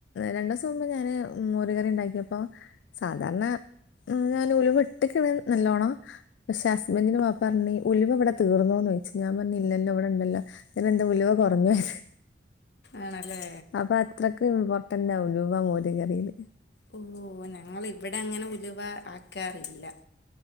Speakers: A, on the left (about 85°); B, on the left (about 65°).
A: രണ്ടു ദിവസം മുമ്പ് ഞാന് മോരുകറി ഉണ്ടാക്കിയപ്പോ സാധാരണ ഞാൻ ഉല വെട്ടിിക്ക നല്ലോണം പക്ഷെ ഹസ്ബൻറിന്റെ മാപ്പ പറഞ്ഞ ഒലിവ ഇവിടെ തീർന്നോന്ന് ചോദിച്ചു ഞാൻ പറഞ്ഞ ഇല്ലല്ലോ ഇവിടെ ഇണ്ടല്ലോ ഇ എന്താ ഉലിവ കുറഞൊയത്
B: ആണല്ലേ
A: അപ്പൊ അത്രക്ക് ഇമ്പോർട്ടന്റാലവാ മോര കറിയില്
B: ഓ ഞങ്ങൾ ഇവിടെ അങ്ങനെ ഉലുവാ ആക്കാറില്ല